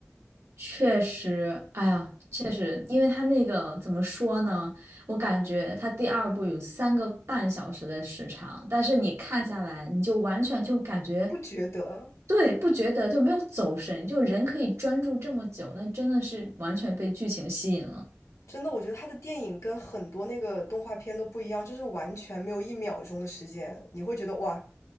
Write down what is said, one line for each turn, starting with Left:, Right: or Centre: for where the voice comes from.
Right: 确实，哎呀，确实，因为他那个怎么说呢？我感觉他第二部有三个半小时的时长，但是你看下来，你就完全就感觉，
Left: 不觉得，
Right: 对，不觉得就没有走神，就人可以专注这么久，那真的是完全被剧情吸引了。
Left: 真的，我觉得他的电影跟很多那个动画片都不一样，就是完全没有一秒钟的时间，你会觉得哇，